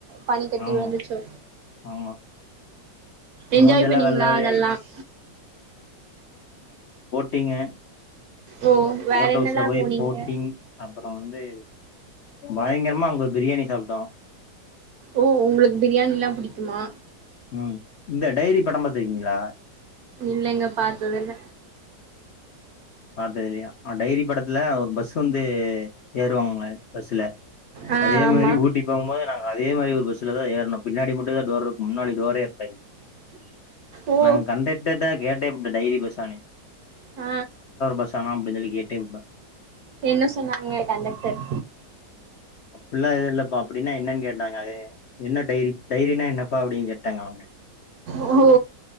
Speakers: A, on the right (about 70°); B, on the left (about 80°).
A: பணி கட்டி
B: ஆமா
A: விழுந்துச்சோ
B: ஆமா
A: என்ஜாய்
B: மூஞ்செல்லா
A: பண்ணீங்களா
B: வெள்ள வெள்ளையாயிடுச்சு
A: அதெல்லாம்
B: டீங்க
A: ஓ வேற
B: போட்
A: என்னெல்லாம்
B: ஹவுஸ்ல போயி
A: போனீங்க
B: போட்டிங் அப்பறோ வந்து பயங்கரமா அங்க பிரியாணி சாப்பட்டோ
A: ஓ உங்களுக்கு பிரியாணில்லா புடிக்குமா
B: உம் இந்த டைரி படோ பாத்துயிருக்கீங்களா
A: இல்லங்க பாத்ததுயில்ல
B: பாத்ததுயில்லையா டைரி படத்துல ஒரு பஸ் வந்து ஏறுவாங்கங்க பஸ்ல
A: ஆ
B: அதே
A: ஆமாம்
B: மாரி ஊட்டி போகும்போது நாங்க அதே மாரி ஒரு பஸ்லதா ஏறுணோம் பின்னாடி மட்டோதா டோரிருக்கோ முன்னாடி டோரேயிருக்காது
A: ஓ
B: நாங்க கண்டெக்டர்ட கேட்டேபுட்டே டைரி பஸ்ஸானு
A: ஆ
B: பஸ் ஆானா அப்டின்னு சொல்லி கே விப்பேன்
A: என்ன சொன்னாங்க கண்டக்டர்
B: அப்பள்ளாம் இெல்லாம் ப்ப அப்படின்னா என்னன்னு கேட்டாங்க என்ன டைரி டைரினா என்னப்பா அப்படின்னு கேட்டாங்க அவன
A: ஓ